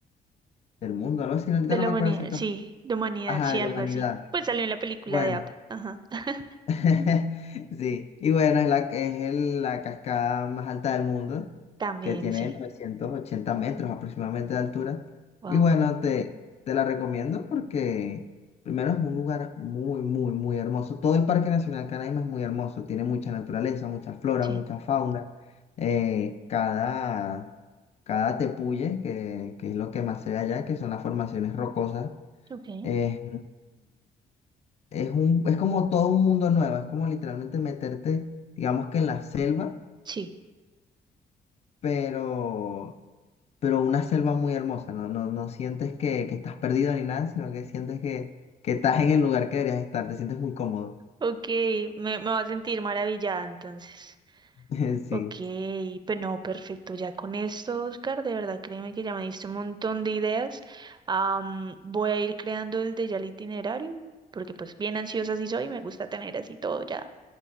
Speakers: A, on the left; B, on the right.
A: del mundo, algo así. Ahorita
B: De
A: no
B: la
A: me
B: humanidad,
A: acuerdo exactamente.
B: sí, de humanidad,
A: Ajá,
B: sí,
A: de
B: algo
A: la humanidad.
B: así. Pues salió en la película
A: Bueno.
B: de APA. Ajá. <laughs>
A: <laughs> Sí, y bueno, es la, es el- la cascada más alta del mundo,
B: También,
A: que tiene
B: sí.
A: 980 metros aproximadamente de altura.
B: Wow.
A: Y bueno, te, te la recomiendo porque primero es un lugar muy, muy, muy hermoso. Todo el Parque Nacional Canaima es muy hermoso, tiene mucha naturaleza, mucha flora,
B: Sí.
A: mucha fauna. Eh, cada, cada tepuye, que, que es lo que más se ve allá, que son las formaciones rocosas,
B: Ok.
A: es, es un, es como todo un mundo nuevo, es como literalmente meterte, digamos que en la selva,
B: Sí.
A: pero, pero una selva muy hermosa, no, no, no sientes que, que estás perdido ni nada, sino que sientes que, que estás en el lugar que deberías estar, te sientes muy cómodo.
B: Ok, me, me voy a sentir maravillada entonces.
A: <laughs> Sí,
B: Ok, pues no, perfecto. Ya con esto, Oscar, de verdad, créeme que ya me diste un montón de ideas. Am, voy a ir creando el de ya el itinerario, porque pues bien ansiosa sí soy, me gusta tener así todo ya,